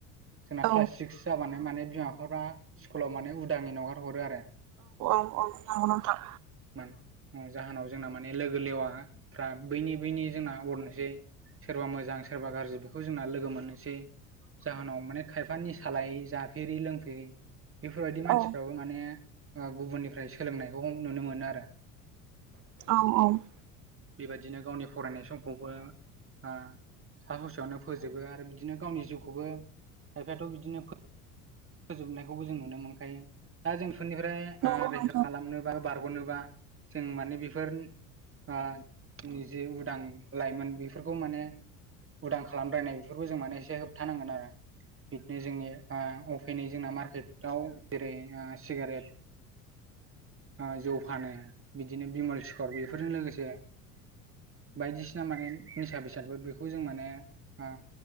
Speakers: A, on the right; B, on the right.
A: जोंना
B: औ
A: क्लास सिक्स जाबानो माने। बिमा बिफाफ्रा स्कुलाव माने उदांङैनो हगार हरो आरो।
B: औ नंगौ नोथां।
A: मान जाहोनाव जोंना माने लोगो लेवा फ्रा बैनि बैनि जोंना अरनोसै। सोरबा मोजां सोरबा गाज्रि बेखौ जोंना लोगो मोननोसै जाहोनाव माने खायफा। निसा लायि जाफेरि लोंफेरि। बेफोरबायदि मानसिफ्राबो
B: औ
A: माने ओ गुबुननिफ्राय सोलोंनायखौ नुनो मोनो आरो।
B: औ
A: बेबायदिनो गावनि फरायनाय समखौबो ओ सा ससेयावनो फोजोबो आरो बिदि। बिदिनो गावनि जिउखौबो खायफायाथ' बिदिनो फो। फोजोबनायखौबो जों नुनो मोनखायो दा जों। बे फोरनिफ्राय
B: नंगौ
A: औ रैखा
B: नोंथां
A: खालामनोबा बारग'नोबा जों माने बेफोर ओ जोंनि जे उदां लाइमोन बेफोरखौ माने। उदां खालामद्रायनाय बेफोरखौ जों माने एसे होबथानांगोन आरो बिदिनो जोंनि ओ। फैनाय जोंना मार्केटाव जेरै ओ सिगारेट। ओ जौ फानो बिदिनो बिमल सिखर बिफोरजों लोगोसे। बायदिसिना माने निसा बेसादफोर बेखौ जों माने ओ।